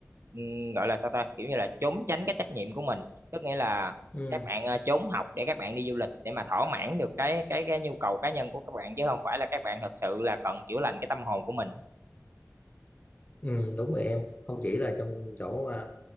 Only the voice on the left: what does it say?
ừ,
ừ đúng rồi em không chỉ là trong chỗ à,